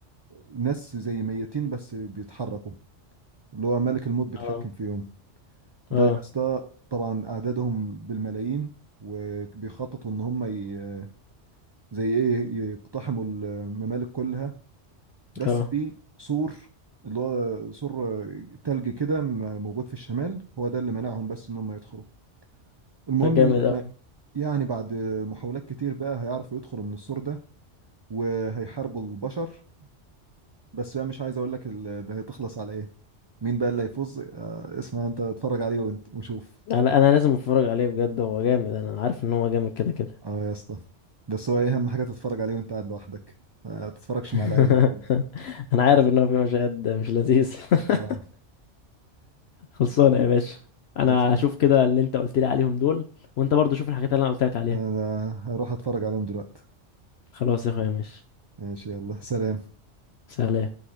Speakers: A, on the right; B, on the left.
A: الناس زي ميتين بس بيتحركوا اللي هو ملك الموت بيتحكم
B: اه
A: فيهم ده
B: اه
A: يا اسطى طبعا اعدادهم بالملايين وبيخططوا ان هم ي... زي ايه يقتحموا الممالك كلها بس
B: اه
A: في سور اللي هو سور تلج كده م- موجود في الشمال هو ده اللي منعهم بس ان هم يدخلوا المهم
B: ده جامد
A: ان هم
B: اوي
A: يعني بعد محاولات كتير بقى هيعرفوا يدخلوا من السور ده وهيحاربوا البشر بس بقى مش عايز اقول لك ال- ده هتخلص على ايه مين بقى اللي هيفوز آه، اسمع انت اتفرج عليه وانت وشوف
B: انا انا لازم اتفرج عليه بجد هو جامد انا عارف ان هو جامد كده كده
A: اه يا اسطى بس هو ايه اهم حاجه تتفرج عليه وانت قاعد لوحدك آه، ما تتفرجش
B: <laughs>
A: مع العيله وكده
B: انا عارف ان هو في مشاهد مش لذيذ <laughs>
A: اه
B: خلصانه يا باشا انا
A: خلصانه
B: هشوف كده اللي انت قلت لي عليهم دول وانت برضو شوف الحاجات اللي انا قلت لك عليها
A: آه، انا هروح اتفرج عليهم دلوقتي
B: خلاص يا اخويا ماشي
A: ماشي يلا سلام
B: سلام